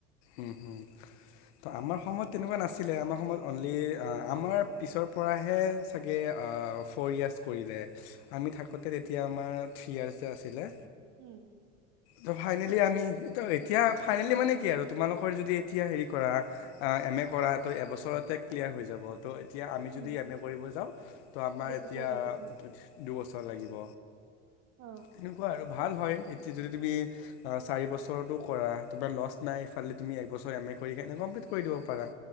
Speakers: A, on the left; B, on the right.
A: উম-হুম, ত' আমাৰ আমাৰ তেনেকোৱা নাছিলে আমাৰ সময়ত অ'নলি আ আমাৰ পিছৰ পৰাহে চাগে ফ'ৰ ইয়েৰ্চ কৰিলে। আমি থাকোঁতে তেতিয়া আমাৰ থ্ৰী ইয়াৰ্চ য়ে আছিলে
B: উম
A: ত' ফাইনেলি আমি, ত' এতিয়া ফাইনেলি মানে কি আৰু তোমালোকৰ যদি এতিয়া হেৰি কৰা, আ এম এ কৰা ত' এবছৰতে ক্লিয়াৰ হৈ যাব। এতিয়া আমি যদি
B: উম
A: এম এ কৰিব যাওঁ, ত' আমাৰ
B: দুবছৰ
A: এতিয়া
B: লাগিব
A: দুবছৰ লাগিব।
B: অ
A: তেনেকোৱা আৰু
B: কিন্তু
A: ভাল হয় এতি যদি তুমি অ' চাৰি বছৰতো কৰা তোমাৰ লষ্ট নাই ফ খালি তুমি একবছৰ এম এ কৰি কে কমপ্লিট দিব পাৰা।